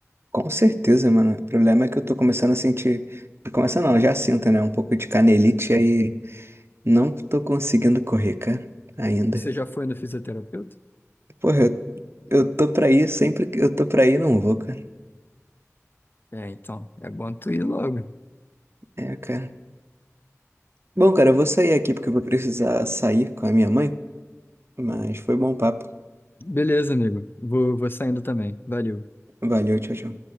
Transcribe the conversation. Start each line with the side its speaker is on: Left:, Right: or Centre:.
Right: com certeza, mano. O problema é que eu tô começando a sentir. Começando não, já sinto, né? Um pouco de canelite aí. Não tô conseguindo correr, cara, ainda.
Left: Você já foi no fisioterapeuta?
Right: Porra, Eu tô pra ir sempre que eu tô pra ir, não vou, cara.
Left: É, então, é bom tu ir logo.
Right: É, cara. Bom, cara, eu vou sair aqui porque eu vou precisar sair com a minha mãe, mas foi bom papo.
Left: Beleza, amigo. Vou, vou saindo também. Valeu.
Right: Valeu, tchau, tchau.